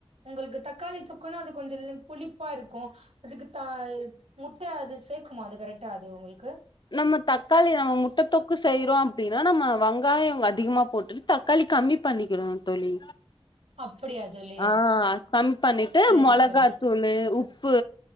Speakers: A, on the right; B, on the left.
A: உங்களுக்கு தக்காளி தொக்குன்னா அது கொஞ்சம் புளிப்பா இருக்கும் அதுக்கு த முட்ட அது சேர்க்கமா அது கரெக்டா அது உங்களுக்கு
B: நம்ம தக்காளி நம்ம முட்டை தொக்கு செய்றோம் அப்புடின்னா நம்ம வெங்காயம் அதிகமா போட்டுட்டு தக்காளி கம்மி பண்ணிக்கணும் தோழி
A: அப்படியா தோழி
B: ஆ கம்மி பண்ணிட்டு
A: சரி
B: மொளகாத்தூள்
A: தோழி
B: உப்பு